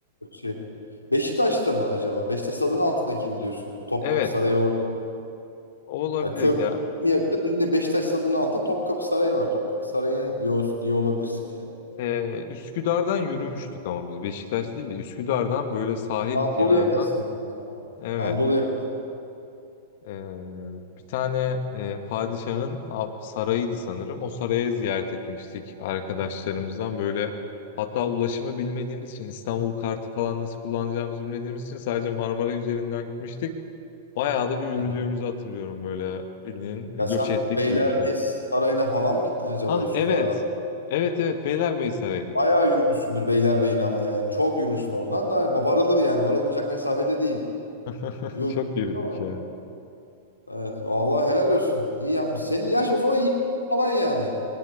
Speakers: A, on the left; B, on the left.
A: şey. Beşiktaş'ta mı acaba? Beşiktaş stadının altındaki mi diyorsun? Topkapı
B: Evet
A: Sarayı orada.
B: o olabilir
A: Yani köprü
B: ya.
A: yakın. Şimdi Beşiktaş stadının altında Topkapı Sarayı var. Topkapı Sarayı diyor, diyor olabilirsin yani.
B: Ee, Üsküdar'dan yürümüştük ama biz Beşiktaş değil de Üsküdar'dan böyle sahil
A: Anadolu
B: kenarından.
A: yakasında o zaman.
B: Evet.
A: Anadolu yakası.
B: Ee, bir tane e, padişahın av- sarayıydı sanırım. O sarayı ziyaret etmiştik arkadaşlarımızdan böyle. Hatta ulaşımı bilmediğimiz için İstanbul kartı falan nasıl kullanacağımızı bilmediğimiz için sadece Marmara üzerinden gitmiştik. Bayağı da bir yürüdüğümüzü
A: Hı hı.
B: hatırlıyorum böyle bildiğin göç
A: Ya sen
B: ettik
A: Beylerbeyi
B: gibi bir şey.
A: Sarayı'na falan mı gittin acaba
B: Ah
A: Üsküdar'dan?
B: evet. Evet evet Beylerbeyi Sarayı.
A: Bayağı yürümüşsündür Beylerbeyi'ne ama yani. Çok yürürsün oradan da varılır yani. Varılmayacak mesafede değil.
B: <laughs>
A: Yorucu
B: Çok
A: olur
B: yürüdük
A: ama.
B: yani.
A: Evet vallahi helal olsun. İyi yapmış. Senin yaş o zaman iyi falan yani.